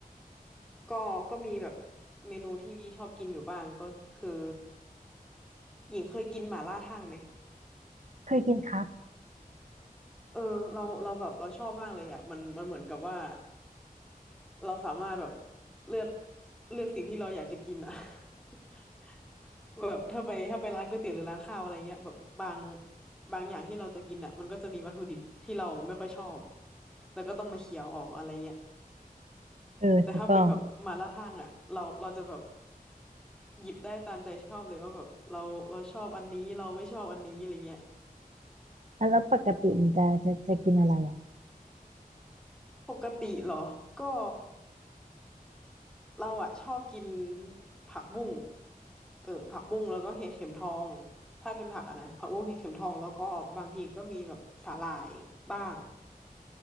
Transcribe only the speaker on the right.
เคยกินครับ
เออถูกต้อง
่แล้วปกติมันจะจะจะกินอะไรอ่ะ